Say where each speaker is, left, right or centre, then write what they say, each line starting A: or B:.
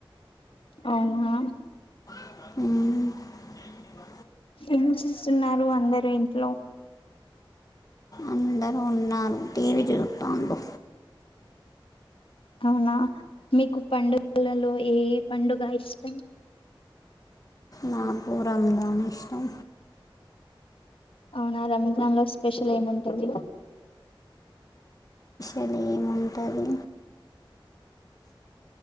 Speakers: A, on the left; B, on the left.
A: అవునా
B: ఉం
A: ఎం చెస్తున్నారు అందరు ఇంట్లో
B: అందరూ ఉన్నారు టీవీ చూస్తాండ్లు
A: అవునా మీకు పండుగలలో ఏ పండుగ ఇష్ మ్
B: నాకు రంజాన్ ఇష్టం
A: అవునా రంజాన్ లో స్పెషల్ ఏముంటది
B: ఏం ఉంటది